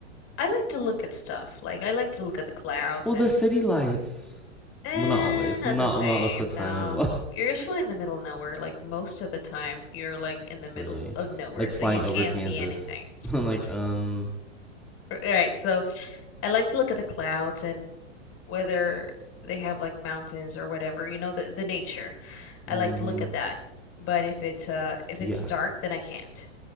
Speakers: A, on the left; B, in the centre.
A: I like to look at stuff. Like, I like to look at the clouds
B: Well,
A: and
B: the city lights.
A: Eh,
B: Well, not always.
A: not
B: Not
A: the same,
B: most of the
A: no.
B: time as well.
A: You're usually in the middle of nowhere. Like most of the time, you're like
B: <laughs>
A: in the middle
B: Literally,
A: of nowhere,
B: like
A: so
B: flying
A: you can't
B: over Kansas.
A: see anything.
B: <laughs> I'm like, um,
A: R- Right, so I like to look at the clouds and whether they have like mountains or whatever, you know, the the nature. I
B: mm-hmm.
A: like to look at that. But if it's uh if
B: Yeah.
A: it's dark, then I can't.